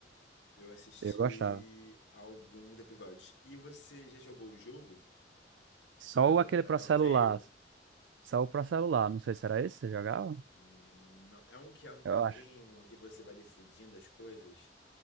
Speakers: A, on the left; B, on the right.
A: Eu assisti
B: Eu gostava.
A: alguns episódios. E você já jogou o jogo
B: Só
A: da, da,
B: o aquele
A: da
B: pra
A: Telltale?
B: celular. Só o pra celular. Não sei se era esse que você jogava.
A: Hum, Não. É um que é um quadrinho
B: Eu acho.
A: e você vai decidindo as coisas